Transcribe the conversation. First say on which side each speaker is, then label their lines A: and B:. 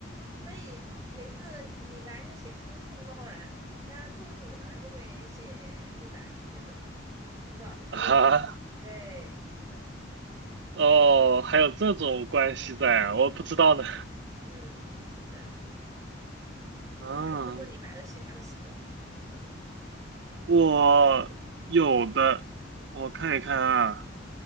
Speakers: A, on the right; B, on the right.
A: 所以每次李白就写诗送孟浩然，那杜甫呢就会写李白这种，很搞很有意思。
B: <laughs> 啊，
A: 对，是的。
B: 哦，还有这种关系在啊，我不知道呢。
A: 嗯，是的。
B: 啊，
A: 你还学过李白的其他的诗歌吗？
B: 我有的，我看一看啊，